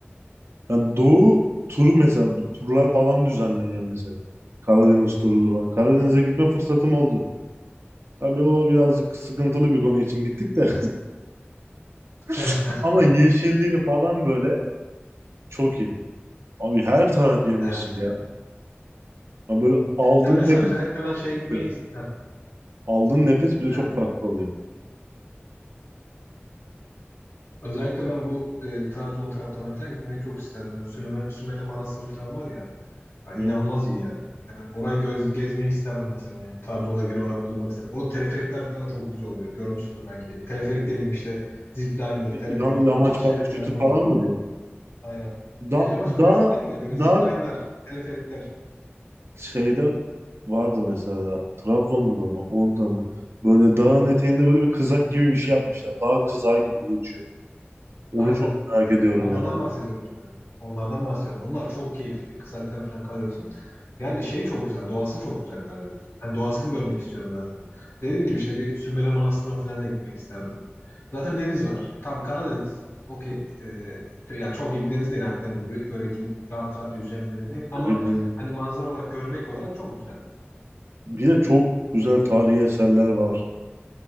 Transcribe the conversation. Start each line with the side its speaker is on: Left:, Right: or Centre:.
Right: Yani Doğu turu mesela bu turlar falan düzenleniyor mesela. Karadeniz turudur falan. Karadeniz'e gitme fırsatım oldu. Tabii o birazcık sıkıntılı bir konu için gittik de. <laughs>
Left: <laughs>
Right: Ama yeşilliği falan böyle çok iyi. Abi her taraf yemyeşil
Left: Evet.
Right: ya. Ya böyle aldığın
Left: Ya mesela
Right: nefes
Left: özellikle
Right: bile
Left: ben
Right: farklı
Left: şey gitmeyi
Right: oluyor.
Left: ist- Heh,
Right: Aldığın nefes bile çok
Left: evet.
Right: farklı oluyor.
Left: Özellikle ben bu e, Trabzon taraflarına falan gitmeyi çok isterdim. Böyle Süleyman- Sümele Manastırı falan var ya. Ya inanılmaz
Right: Hı.
Left: iyi ya. Yani orayı göz, gezmeyi isterdim mesela yani. Trabzon'da genel olarak bulunmak isterdim. Orada teleferikler falan da çok güzel oluyor. Görmüşsündür belki. Teleferik dedim işte zipliner, teleferiktir
Right: Ya, yamaç
Left: o tarz şeyler
Right: paraşütü
Left: inanılmaz
Right: falan
Left: yani.
Right: mı diyor?
Left: Aynen.
Right: Da,
Left: Ya yamaç
Right: daha,
Left: paraşütü değil de böyle
Right: daha
Left: zipliner, teleferikler.
Right: şeyde vardı mesela Trabzon'da mı orada mı? Böyle dağın eteğinde böyle bir kızak gibi bir şey yapmışlar. Dağ kızağı gibi geçiyor. Onu
Left: Aynen.
Right: çok merak
Left: Evet,
Right: ediyorum
Left: onlardan
Right: ya.
Left: bahsediyorum işte. Onlardan bahsediyorum. Onlar çok keyifli. Kızaktan falan kalıyorsun. Yani şey çok güzel. Doğası çok güzel Karadeniz. Hani doğasını görmek istiyorum zaten. Dediğim gibi işte bir Sümele Manastırı'na falan da gitmek isterdim. Zaten deniz var. Tam Karadeniz. Okey. Ee, kö- yani çok iyi bir deniz değil Akdeniz gibi. Böyle gidip rahat rahat yüzeceğim bir deniz değil. Ama
Right: Bildiğin
Left: hani manzara olarak görmek olarak çok güzel.
Right: Bir de çok güzel tarihi eserler var.